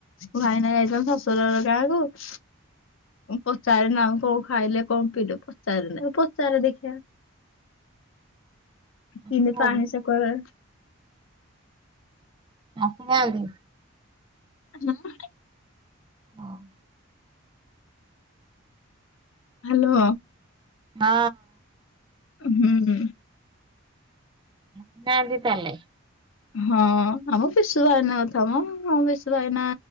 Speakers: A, on the left (about 65°); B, on the right (about 20°).
A: ମୋ ଭାଇନା ଯାଇଚନ୍ତି ଶଶୁର ର ଗାଁ କୁ। ପଚାରେ ନା, ଆଉ କ- ଖାଇଲେ କ'ଣ ପିଇଲେ? ପଚାରେ ନା ପଚାରେ ଦେଖିଆ। <unintelligible>
B: ଆସିନାହାନ୍ତି ଆସି ନାଆନ୍ତି?
A: <inaudible>
B: ହଁ।
A: ହାଲୋ।
B: ହଁ।
A: <inaudible>
B: ଆସି ନାନ୍ତି ତା-ଲେ।
A: ହଁ! ଆମ ପିଶୁ ଭାଇନା କଥା ମ ଆମ ପିଶୁ ଭାଇନା